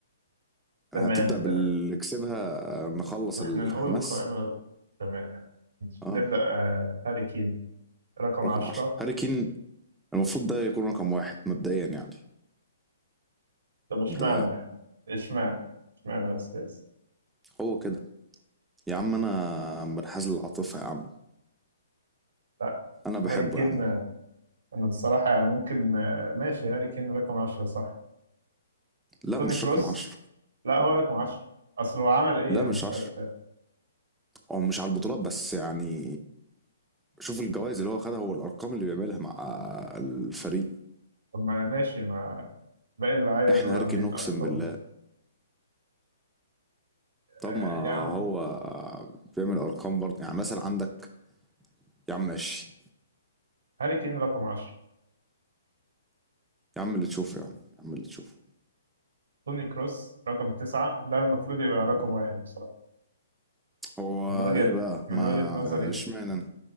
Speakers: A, on the right (about 80°); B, in the centre.
A: تمام
B: يعني هتبدأ باللي
A: تمام
B: كسبها آه، نخلص
A: احنا
B: الحماس
A: نقول القائمة تمام يعني ماشي.
B: اه
A: نبدأ آه، هاري كين رقم
B: رقم
A: عشرة
B: عشرة هاري كين المفروض ده يكون رقم واحد مبدئيا يعني
A: طب اشمعنى
B: ده
A: يعني اشمعنى اشمعنى يا أستاذ
B: هو كده يا عم انا منحاز للعاطفة يا عم
A: لا
B: انا بحبه
A: هاري كين
B: يا عم
A: آه، أنا الصراحة يعني ممكن آه، ماشي هاري كين رقم عشرة صح
B: لا
A: توني
B: مش
A: كروس
B: رقم عشرة
A: لا هو رقم عشرة أصل هو عمل إيه
B: لا
A: يعني
B: مش
A: السنة
B: عشرة هو مش على البطولات بس يعني شوف الجوائز اللي هو خدها والارقام اللي بيعملها مع الفريق
A: طب ما ماشي ما باقي اللعيبة
B: احنا
A: دول
B: هركن
A: عاملين
B: اقسم
A: أرقام
B: بالله طب
A: آه
B: ما
A: يا عم
B: هو بيعمل ارقام برضه يعني مثلا عندك يا عم ماشي
A: هاري كين رقم 10
B: يا عم اللي تشوفه يا عم يا عم اللي تشوفه
A: توني كروس رقم 9 ده المفروض يبقى رقم
B: آه.
A: واحد بصراحة
B: هو
A: من وجهة
B: ايه بقى
A: من
B: ما
A: وجهة نظري
B: اشمعنى انا